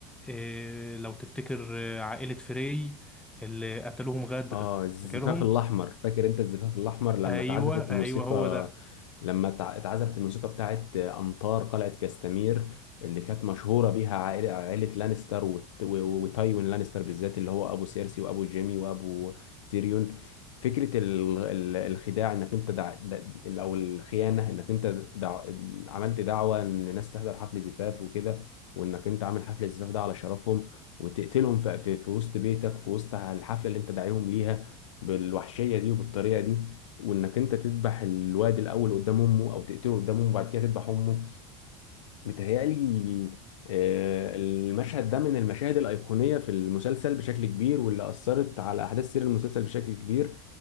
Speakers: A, in the centre; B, on the left.
A: آه، لو تفتكر آه، عائلة فري اللي قتلوهم غدر
B: اه الزفاف
A: فاكرهم
B: الاحمر فاكر انت الزفاف الاحمر لما
A: ايوه
B: اتعزفت موسيقى
A: ايوه هو ده
B: لما اتع- اتعزفت الموسيقى بتاعت امطار قلعة كاستمير اللي كانت مشهورة بيها عائلة عائلة لانستر وت- و- و- وتايوين لانستر بالذات اللي هو ابو سيرسي وابو جيمي وابو تيريون فكرة ال- ال- الخداع انك انت دع... دع... او الخيانة انك انت دع... عملت دعوة ان الناس تحضر حفل زفاف وكده وانك انت عامل حفل الزفاف ده على شرفهم وتقتلهم في في في وسط بيتك في وسط الحفلة اللي انت داعيهم ليها بالوحشية دي وبالطريقة دي وانك انت تذبح الواد الاول قدام امه او تقتله قدام امه وبعد كده تذبح امه متهيألي آه، المشهد ده من المشاهد الأيقونية في المسلسل بشكل كبير واللي أثرت على أحداث سير المسلسل بشكل كبير